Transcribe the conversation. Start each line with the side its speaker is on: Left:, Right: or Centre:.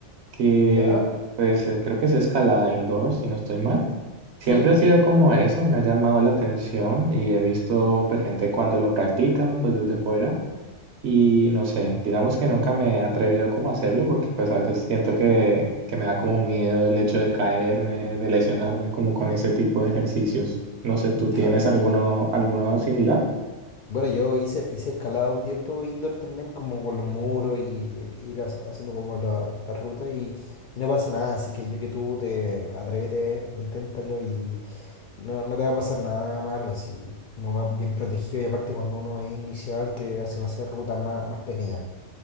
Right: que
Left: ¿Ya?
Right: pues eh, creo que es escalada indoor, si no estoy mal. Siempre
Left: ¿Sí?
Right: ha sido como eso, me ha llamado la atención y he visto pues, gente cuando lo practica, pues desde fuera. Y no sé, digamos que nunca me he atrevido como a hacerlo porque pues a veces siento que, que me da como miedo el hecho de caerme, de lesionarme como con ese tipo de ejercicios. No sé, ¿tú
Left: <laughs>
Right: tienes
Left: Claro.
Right: alguno, alguno similar?
Left: Bueno, yo hice, hice escalada un tiempo indoor también, como con los muros y ir hac- haciendo como la, la ruta y, y no pasa nada, así que yo que tú te atrévete, inténtalo y, No, no te va a pasar nada malo si uno va bien protegido y aparte cuando uno es inicial te hacen hacer rutas más, más pequeñas.